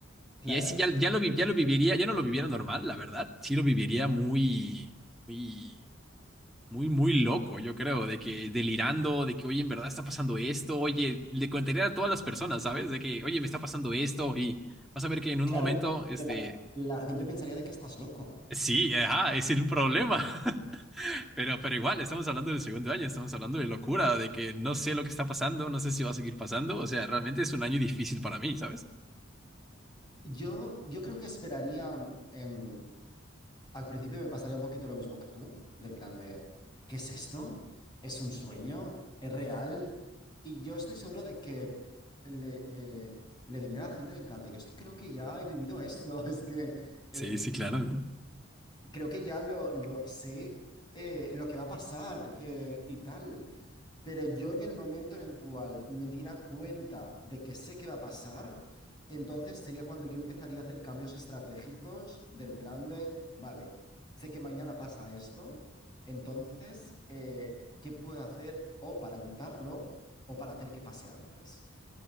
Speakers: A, on the left; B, in the centre.
A: Claro.
B: Y ahí sí ya, ya lo, vi- ya lo viviría, ya no lo viviera normal, la verdad. Sí lo viviría
A: ujú.
B: muy, muy, muy, muy loco, yo creo, de que delirando, de que, oye, en verdad está pasando esto, oye, le contaría a todas las personas, ¿sabes? De que, oye, me está pasando esto y vas a ver que en un
A: Claro,
B: momento, este,
A: pero la, la gente pensaría de que estás loco.
B: sí, ajá, es el problema. <laughs> Pero, pero igual, estamos hablando del segundo año, estamos hablando de locura, de que no sé lo que está pasando, no sé si va a seguir pasando, o sea, realmente es un año difícil para mí, ¿sabes?
A: Yo, yo creo que esperaría. em, Al principio me pasaría un poquito lo mismo que tú, del plan de, ¿qué es esto? ¿Es un sueño? ¿Es real? Y yo estoy seguro de que le, le- le diría a la gente del plan de, yo es que creo que ya he vivido esto, <laughs> es que eh,
B: Sí, sí, claro.
A: creo que ya lo, lo sé, eh, lo que va a pasar eh, y tal. Pero yo en el momento en el cual me diera cuenta de que sé que va a pasar, entonces sería cuando yo empezaría a hacer cambios estratégicos del plan de, vale, sé que mañana pasa esto, entonces, eh, ¿qué puedo hacer o para evitarlo o para hacer que pase antes?